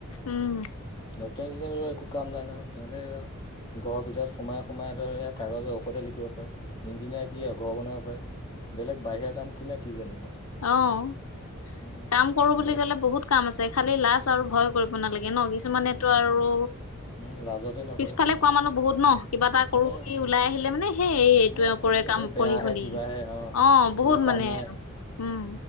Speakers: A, on the left; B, on the left.
A: উম।
B: ডটৰ ইঞ্জিনিয়াৰ বিলাকৰ একো কাম নাই নহয়, সিহঁতে ঘৰৰ ভিতৰত সোমাই সোমাই ধৰ সেয়া কাগজৰ ঔষধে লিখিব পাৰে। ইঞ্জিনিয়াৰ কি আৰু ঘৰহে বনাব পাৰে। বেলেগ বাহিৰা কাম <unintelligible> কি জানিব।
A: অঁ,
B: উম,
A: কাম কৰো বুলি
B: হয়।
A: কলে বহুত কাম আছে। খালি লাজ
B: উম,
A: আৰু ভয় কৰিব নালাগে ন'! কিছুমানেতটো
B: উম,
A: আৰু
B: উম, লাজতে নকৰে।
A: পিছফালে কোৱা মানুহ বহুত ন'। কিবা এটা কৰো
B: উম,
A: ওলাই আহিলে মানে এ এই এইটোৱে
B: উম,
A: কৰে
B: এইটো
A: কাম
B: বেয়াহে
A: পঢ়ি শুনি।
B: কিবাহে অ'।
A: অঁ, বহুত
B: একো কাম
A: মানে
B: নাই,
A: আৰু। উম।